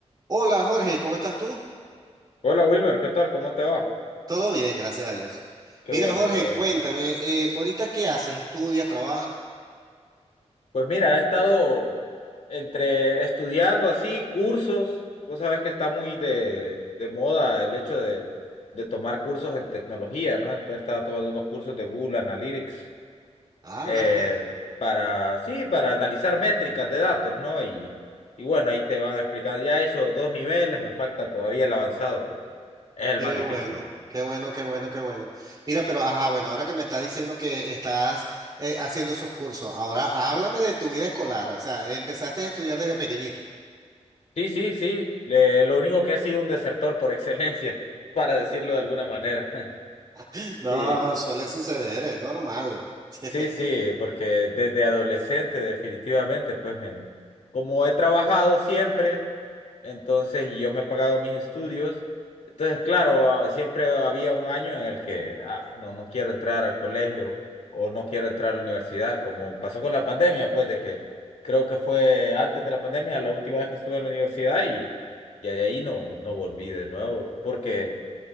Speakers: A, on the right; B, on the left.
A: Hola Jorge, ¿cómo estás tú?
B: Hola Wilmer, ¿qué tal? ¿Cómo te va?
A: Todo bien, gracias a Dios.
B: Qué
A: Mira
B: bueno,
A: Jorge,
B: qué bueno.
A: cuéntame, eh, ¿ahorita qué haces? ¿Estudias, trabajas?
B: Pues mira, he estado entre estudiando así cursos. Vos sabés que está muy de, de moda el hecho de, de tomar cursos en tecnología, ¿no? Entonces estaba tomando unos cursos de Google Analytics
A: Ah,
B: eh,
A: vale,
B: para, sí, para analizar métricas de datos, ¿no? Y, y bueno, ahí te van a explicar. Ya he hecho dos niveles, me falta todavía el avanzado, que es el
A: qué
B: más difícil.
A: bueno, qué bueno, qué bueno, qué bueno. Mira, pero ajá, bueno, ahora que me estás diciendo que estás eh, haciendo esos cursos, ahora háblame de tu vida escolar, o sea, empezaste a estudiar desde pequeñito.
B: Sí, sí, sí. Le- lo único que he sido un desertor por <laughs> excelencia, para decirlo de alguna manera. <laughs>
A: <laughs> No,
B: Sí,
A: suele suceder, es normal. <laughs>
B: sí, sí, porque desde adolescente definitivamente, pues me, como he trabajado siempre. Entonces, y yo me he pagado mis estudios. Entonces, claro, ah, siempre había un año en el que ah, no, no quiero entrar al colegio o no quiero entrar a la universidad, como pasó con la pandemia, pues de que creo que fue antes de la pandemia la última vez que estuve en la universidad y, y de ahí no, no volví de nuevo, porque